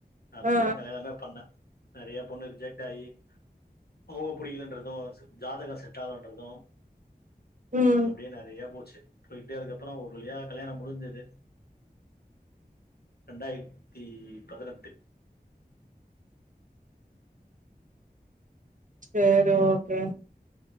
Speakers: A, on the left; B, on the right.
A: அப்படிதா
B: ஆ ஆ
A: கல்யாணமே பண்ண. நெறயா பொண்ணு ரிஜெக்ட் ஆகி அவுங்க புடிக்கலன்றது. தும். ஜாதக செட்டாலன்றது
B: ம்
A: அப்படியே நெறயா போச்சு போயிட்டு அதுக்கப்புறோ ஒரு வழியா கல்யாணம் முடிஞ்சது இரண்டாயிரத்தி பதினெட்டு.
B: செரி ஓகே.